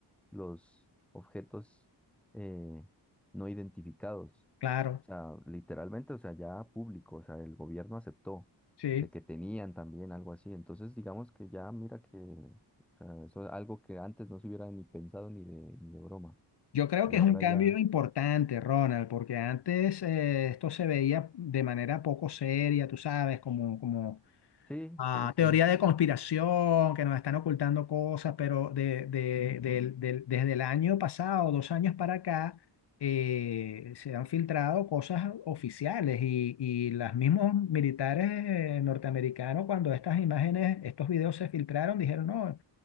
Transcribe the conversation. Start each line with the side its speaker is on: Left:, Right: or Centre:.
Centre: los objetos eh, no identificados.
Left: claro,
Centre: O sea, literalmente, o sea, ya público, o sea, el gobierno aceptó
Left: sí.
Centre: de que tenían también algo así. Entonces, digamos que ya mira que, o sea, eso es algo que antes no se hubiera ni pensado ni de, ni de broma.
Left: Yo creo
Centre: Y
Left: que
Centre: ahora
Left: es un cambio
Centre: ya,
Left: importante, Ronald, porque antes eh, esto se veía de manera poco seria, tú sabes, como, como
Centre: sí,
Left: ah,
Centre: sí, sí,
Left: teoría de conspiración, que nos están ocultando cosas, pero de, de- del- del- desde el año pasado, dos años para acá, eh, se han filtrado cosas oficiales y, y los mismos militares eh, norteamericanos, cuando estas imágenes, estos videos se filtraron, dijeron, no,